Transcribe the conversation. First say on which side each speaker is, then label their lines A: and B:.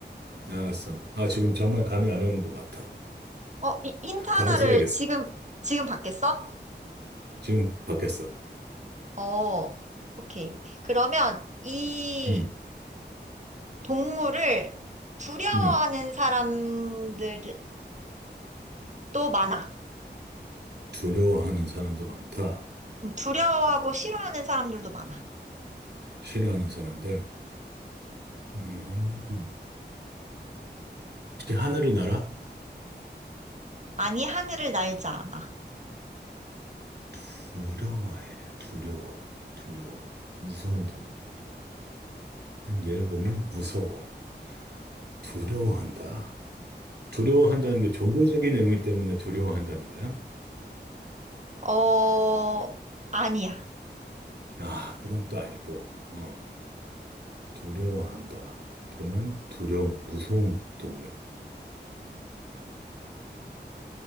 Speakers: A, on the right (about 65°); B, on the right (about 40°).
A: 알았어. 아, 지금 정말 감이 안 오는 것 같아.
B: 어, 히- 힌트 하나를
A: 바로 써야겠어.
B: 지금, 지금 받겠어?
A: 지금 받겠어.
B: 어, 오케이. 그러면 이
A: 음,
B: 동물을 두려워하는
A: 음.
B: 사람들도 많아.
A: 두려워하는 사람도 많다.
B: 음, 두려워하고 싫어하는 사람들도 많아.
A: 싫어하는 사람들. 음. 혹시 하늘을 날아?
B: 아니, 하늘을 날지 않아.
A: 두려워해. 두려워. 두려워. 무서운 동물. 얘를 보면 무서워, 두려워한다. 두려워한다는 게 종교적인 의미 때문에 두려워한다는 거야?
B: 어, 아니야.
A: 아, 그건 또 아니고, 어, 두려워한다. 보면 두려운, 무서운 동물.